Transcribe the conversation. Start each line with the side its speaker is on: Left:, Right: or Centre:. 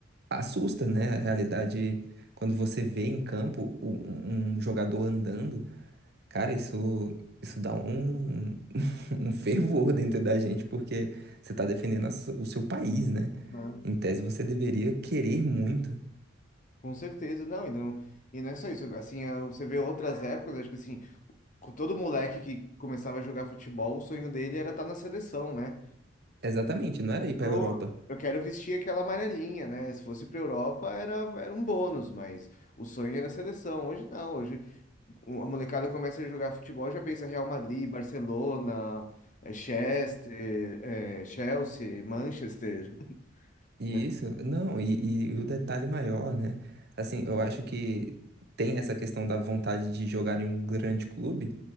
Right: assusta, né? A realidade, quando você vê em campo o- um, um jogador andando, cara, isso, isso dá um, <laughs> um fervor dentro da gente, porque você tá defendendo a su- o seu país, né?
Left: Ah,
Right: Em tese, você deveria querer muito.
Left: com certeza, não, e não, e não é só isso, assim, a- você vê outras épocas, acho que assim, com todo moleque que começava a jogar futebol, o sonho dele era estar na seleção, né?
Right: Exatamente, não era ir pra
Left: Eu,
Right: Europa.
Left: eu quero vestir aquela amarelinha, né? Se fosse pra Europa era, era um bônus, mas o sonho era a seleção, hoje não, hoje o- a molecada começa a jogar futebol, já pensa Real Madrid, Barcelona, eh, Chester, eh, Chelsea, Manchester, <laughs>
Right: E
Left: né?
Right: isso, não, e, e- e o detalhe maior, né? Assim, eu acho que tem essa questão da vontade de jogar em um grande clube,